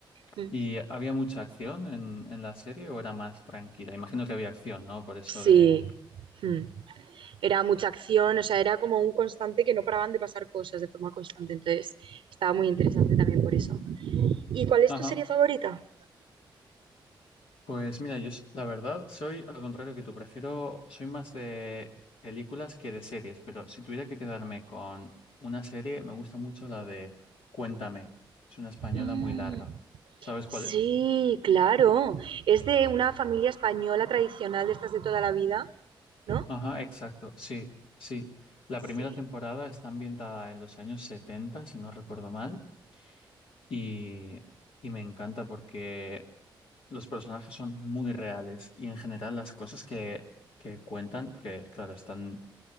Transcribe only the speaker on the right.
Mm.
Sí.
Mm. Era mucha acción, o sea, era como un constante que no paraban de pasar cosas de forma constante. Entonces, estaba muy interesante también por eso. ¿Y cuál es
tu serie favorita?
Mm.
Sí,
claro. Es de una familia española tradicional de estas de toda la vida, ¿no?
Sí,